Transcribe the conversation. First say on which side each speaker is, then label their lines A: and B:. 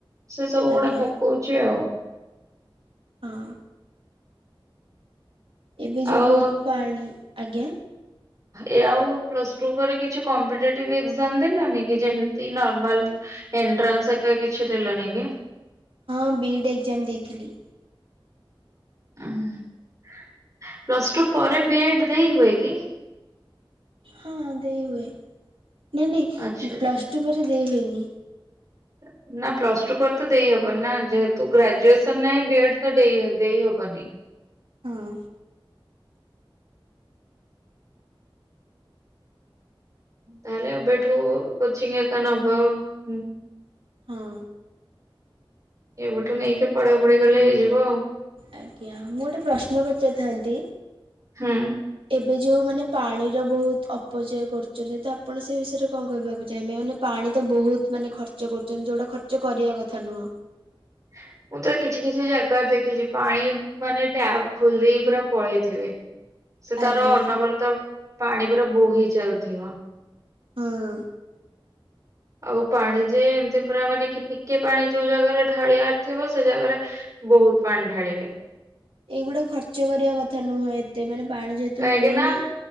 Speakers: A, on the right; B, on the right.
A: ସେ ସବୁ
B: ଆଜ୍ଞା
A: ଗୁଡା ପକଉଛି ଆଉ।
B: ହଁ। ଏବେ ଯୋଉ
A: ଆଉ
B: ବହୁତ ପାଣି ଆଜ୍ଞା
A: ଏ ଆଉ ପ୍ଲସ୍ ଟୁ ପରେ କିଛି କମ୍ପିଟେଟିଭ ଏଗ୍ଜାମ୍ ଦେଲନି କି ଯେମିତି ନର୍ମାଲ ଏଣ୍ଟ୍ରାନ୍ସ ଏକା କିଛି ଦେଲନି କି?
B: ହଁ ବିଇଡ୍ ଏଗ୍ଜାମ୍ ଦେଇଥିଲି।
A: ହ ପ୍ଲସ୍ ଟୁ ପରେ ବି ଏଡ ଦେଇ ହୁଏ କି?
B: ହଁ ଦେଇ ହୁଏ। ନାଇଁ ନାଇଁ
A: ଆଚ୍ଛା ଆଚ୍ଛା।
B: ପ୍ଲସ ଟୁ ପରେ ଦେଇ ହୁଏନି।
A: <inaudible> ନା ପ୍ଲସ ଟୁ ପରେ ତ ଦେଇହବନି ନା ଯେହେତୁ ଗ୍ରାଜୁଏସନ ନାହିଁ ବି ଏଡ ତ ଦେ ଦେଇ ଦେଇହବନି।
B: ହଁ
A: ତାହେଲେଏବେଠୁ କୋଚିଙ୍ଗ ହେଇକା ନବ ହୁଁ।
B: ହଁ।
A: ଏବେଠୁ ନେଇକି ପଢାପଢି କଲେ ହେଇଯିବ ଆଉ।
B: ଆଜ୍ଞା ମୁଁ ଗୋଟେ ପ୍ରଶ୍ନ ପଚାରି ଥାନ୍ତି?
A: ହୁଁ।
B: ଏଇ ଯୋଉମାନେ ପାଣିର ବହୁତ ଅପଚୟ କରୁଛନ୍ତି। ତ ଆପଣ ସେ ବିଷୟରେ କଣ କହିବାକୁ ଚାହିଁବେ ମାନେ ପା ପାଣି ତ ବହୁତ ମାନେ ଖର୍ଚ୍ଚ କରୁଛନ୍ତି। ଯୋଉଟା ଖର୍ଚ୍ଚ କରିବା କଥା ନୁହଁ।
A: <inaudible> ମୁଁ ତ କିଛି କିଛି ଜାଗାରେ ଦେଖିଛି। ପାଣି ମାନେ ଟ୍ୟାପ୍ ଖୋଲିଦେଇକି ପୁରା ପଳେଇଥିବେ। ସେ ତାର
B: ଆଜ୍ଞା
A: ଅନବରତ ପାଣି ପୁରା ବୋହି ଚାଲିଥିବ।
B: ହଁ
A: ଆଉ ପାଣି ଯେ ଏମତି ପୁରା ମାନେ କି ଟିକେ ପାଣି ଯୋଉ ଜାଗାରେ ଢାଳିବାର ଥିବ। ସେ ଜାଗାରେ ବହୁତ ପାଣି ଢାଳିବେ।
B: ଏଇଗୁଡା ଖର୍ଚ୍ଚ କରିବା କଥା ନୁହଁ। ଏତେ ମାନେ ପାଣି ଯେହେତୁ
A: କାହିଁକି
B: ମିଳୁନି
A: ନା